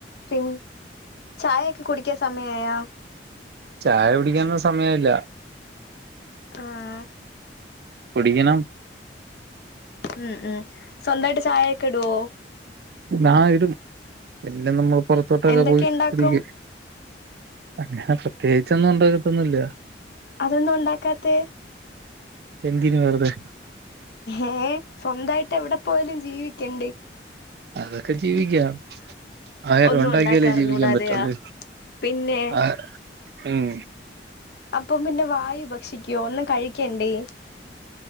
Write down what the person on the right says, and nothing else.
ചായ കൂടിക്കാനൊന്നും സമയയായില്ല
കുടിക്കണം
ആ ഇടും പിന്നെ നമ്മൾ പുറത്തോട്ടൊക്കെ
പോയിട്ടു
കുടിക്കും അങ്ങനെ പ്രത്യേകിച്ചൊന്നും ഉണ്ടാക്കത്തൊന്നില്ല
എന്തിനു വെറുതെ
അതൊക്കെ ജീവിക്കാം ആഹാരം
ഉണ്ടാക്കിയാലേ
ജീവിക്കാൻ പറ്റുള്ളൂ
ആ ഉം